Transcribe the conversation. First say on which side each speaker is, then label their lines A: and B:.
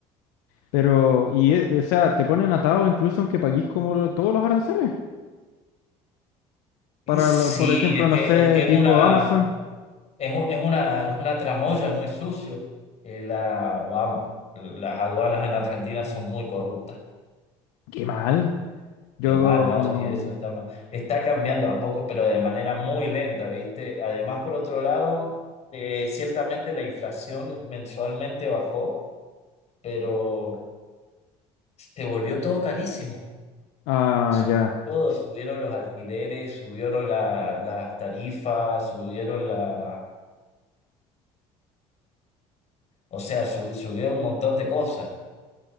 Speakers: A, on the left; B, on the left.
A: Pero, y, eh, o sea, te ponen atado incluso aunque paguís como lo- todos los aranceles. Para,
B: Y sí,
A: lo- por ejemplo,
B: es
A: no
B: que,
A: sé,
B: es que es
A: tipo
B: una.
A: Amazon.
B: Es, un- es una, es una tramoya, es muy sucio. Eh, la, vamos, las aduanas en Argentina son muy corruptas.
A: Qué mal. Yo...
B: Qué mal, ¿no? Sí, eso está mal. Está cambiando a poco, pero de manera muy lenta, ¿viste? Además, por otro lado, eh, ciertamente la inflación mensualmente bajó, pero se volvió todo carísimo.
A: Ah,
B: Subió
A: ya.
B: todo,
A: S-
B: subieron los alquileres, subieron la- las tarifas, subieron la... O sea, su- subió un montón de cosas.